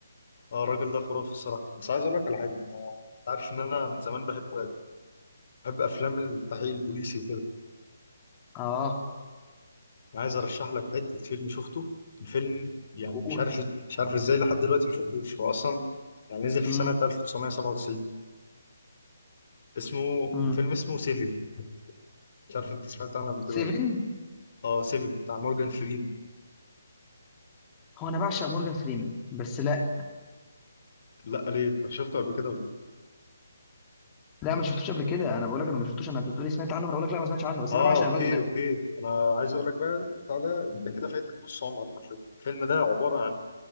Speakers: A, on the left (about 45°); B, on the left (about 20°).
A: اه الراجل ده خرافي الصراحه بس عايز اقول لك على حاجه أنا عارف ان انا من زمان بحب بحب افلام التحقيق البوليسي وكده
B: اه
A: أنا عايز ارشح لك حته فيلم شفته الفيلم يعني
B: قول
A: مش عارف مش عارف ازاي لحد دلوقتي ما شفتوش هو اصلا يعني نزل في
B: امم
A: سنه 1997 اسمه
B: امم
A: الفيلم اسمه سيفن مش عارف انت سمعت عنه قبل كده
B: سيفن
A: ولا لأ. اه سيفن بتاع مورجان فريمان
B: هو انا بعشق مورجان فريمان بس لا
A: لا ليه انت شفته قبل كده ولا لأ؟
B: لا ما شفتوش قبل كده انا بقول لك انا ما شفتوش انا انت بتقولي سمعت عنه انا بقول لك لا ما سمعتش عنه بس
A: اه
B: انا بعشق
A: اوكي
B: الراجل ده
A: اوكي انا عايز اقول لك بقى بتاع ده انت كده فايتك نص عمرك <laughs> على فكرة. الفيلم ده عباره عن